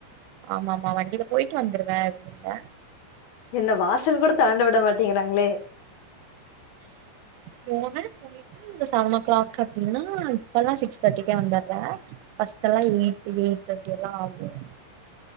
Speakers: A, on the right; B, on the left.
A: ஆமா ஆமாம்மா வண்டியில போயிட்டு வந்துருவேன் அப்படி இல்ல
B: என்ன வாசல் கூட தாண்ட விட மாட்டீங்கறா மே
A: போமா போ செவன் ஓ கிளாக் அப்டின்னா இப்பல்லாம் சிக்ஸ் தேட்டிக்கே வந்துடுற ஃபஸ்ட் எல்லாம் எயிட் எயிட் தேர்ட்டி எல்லாம் ஆகும்